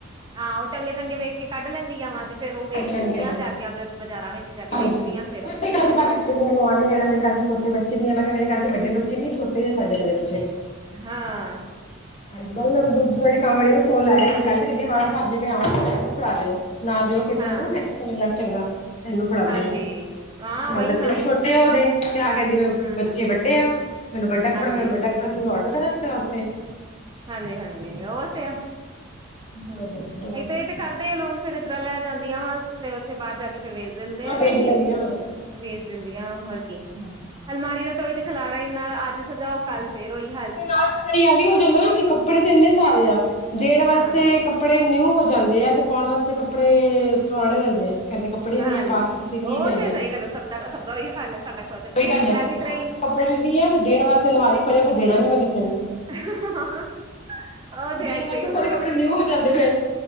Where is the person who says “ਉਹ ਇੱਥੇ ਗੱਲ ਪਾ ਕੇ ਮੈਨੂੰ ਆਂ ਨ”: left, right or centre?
Left